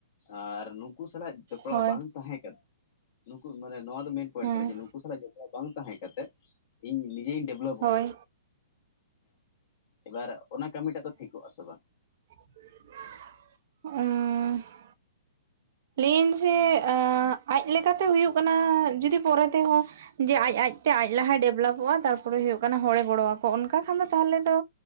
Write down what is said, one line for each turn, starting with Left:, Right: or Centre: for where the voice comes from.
Left: ᱟᱨ ᱱᱩᱱᱠᱩ ᱥᱟᱞᱟᱜ ᱡᱚᱯᱚᱲᱟᱣ
Right: ᱦᱳᱭ
Left: ᱵᱟᱝ ᱛᱟᱸᱦᱮ ᱠᱟᱱᱟ ᱱᱩᱠᱩ ᱢᱟᱱᱮ ᱱᱚᱣᱟ ᱢᱮᱱ ᱯᱚᱭᱮᱱᱴ
Right: ᱦᱮᱸ
Left: ᱠᱟᱱᱟ ᱡᱮ ᱱᱩᱠᱩ ᱥᱟᱞᱟᱜ ᱡᱚᱯᱚᱲᱟᱣ ᱵᱟᱝ ᱛᱟᱦᱮᱸ ᱠᱟᱛᱮ ᱤᱧ ᱱᱤᱡᱮᱧ ᱰᱮᱵᱷᱞᱚᱵᱚᱜᱼᱟ᱾
Right: ᱦᱳᱭ
Left: ᱮᱵᱟᱨ ᱚᱱᱟ ᱠᱟᱹᱢᱤ ᱴᱟᱜ ᱫᱚ ᱴᱷᱤᱠᱚᱜᱼᱟ ᱥᱮ ᱵᱟᱝ?
Right: ᱚᱻ ᱞᱟᱹᱭ ᱢᱮᱥᱮ ᱟᱸᱜ ᱟᱡ ᱞᱮᱠᱟ ᱛᱮ ᱦᱩᱭᱩᱜ ᱠᱟᱱᱟ ᱡᱩᱫᱤ ᱯᱚᱨᱮ ᱛᱮᱦᱚᱸ ᱡᱮ ᱟᱡᱼᱟᱡᱛᱮ ᱟᱡ ᱞᱟᱦᱟᱭ ᱰᱮᱵᱷᱞᱚᱵᱚᱜᱼᱟ ᱛᱟᱨᱯᱚᱨᱮ ᱦᱩᱭᱩᱜ ᱠᱟᱱᱟ ᱦᱚᱲᱮ ᱜᱚᱲᱚ ᱟᱠᱚᱣᱟ ᱚᱱᱠᱟ ᱠᱷᱟᱱ ᱫᱚ ᱛᱟᱦᱚᱞᱮ ᱫᱚ